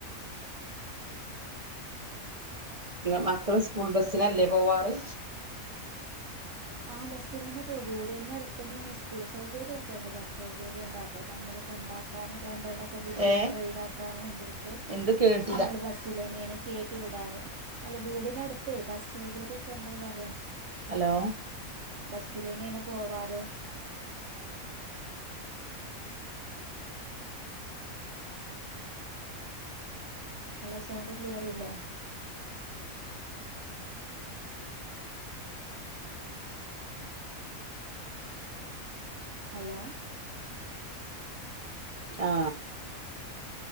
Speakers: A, on the right; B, on the right.
A: മക്കള് സ്കൂൾ ബസിനല്ലേ പോവാറ്
B: ആ ബസ്സിന് തന്നെ പോ വീടിന്റെ അടുത്ത് തന്നെയാണ് സ്കൂള് സൗകര്യക്കെ എണ്ട് ബസ് സൗകര്യം ഒണ്ട് അപ്പ നമ്മള് കൊണ്ടാക്കാനും എട ബുദ്ധിമുട്ട്
A: ഏ
B: ഒഴിവാക്കാൻ വേണ്ടിട്ട്
A: എന്ത് കേട്ടില്ല
B: നമ്മള് ബസിൽ അന്നെയാണ് കേറ്റി വിടാറ് അല്ല വീടിനടു അത് ബസ് സൗകര്യക്കെ എണ്ട് പറയാ
A: ഹലോ
B: ബസ്സിലേന്നെയാണ് പോവാറ് അല്ല സൗണ്ട് ക്ലിയറില്ലേ ഹലോ
A: ആ